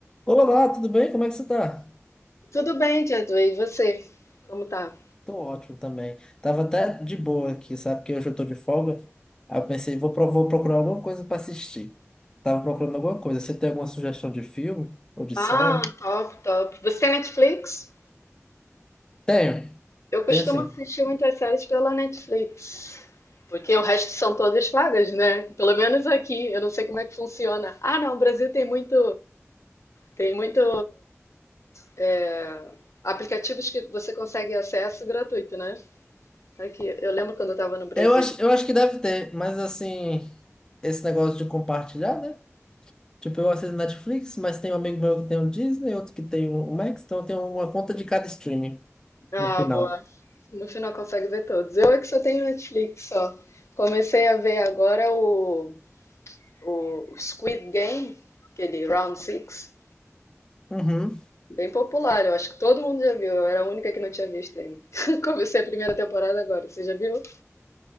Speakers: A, on the left; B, on the left.
A: Olá, tudo bem? Como é que você tá?
B: Tudo bem, Jadu? E você? Como tá?
A: Tô ótimo também. Tava até de boa aqui, sabe? Porque hoje eu tô de folga. Aí eu pensei, vou, pro- vou procurar alguma coisa pra assistir. Tava procurando alguma coisa. Você tem alguma sugestão de filme ou de
B: Ah,
A: série?
B: top, top. Você tem Netflix?
A: Tenho,
B: Eu costumo
A: tenho sim.
B: assistir muitas séries pela Netflix, porque o resto são todas pagas, né? Pelo menos aqui. Eu não sei como é que funciona. Ah, não, o Brasil tem muito, tem muito é, aplicativos que você consegue acesso gratuito, né? Aqui, eu lembro quando eu estava no Brasil.
A: Eu acho, eu acho que deve ter, mas assim, esse negócio de compartilhar, né? Tipo, eu assisto Netflix, mas tem um amigo meu que tem o Disney, outro que tem o Max, então eu tenho uma conta de cada streaming
B: Ah,
A: no final.
B: boa. No final consegue ver todos. Eu é que só tenho Netflix só. Comecei a ver agora o o Squid Game, aquele Round Six,
A: Uhum.
B: bem popular, eu acho que todo mundo já viu, eu era a única que não tinha visto ainda. <laughs> Comecei a primeira temporada agora, você já viu?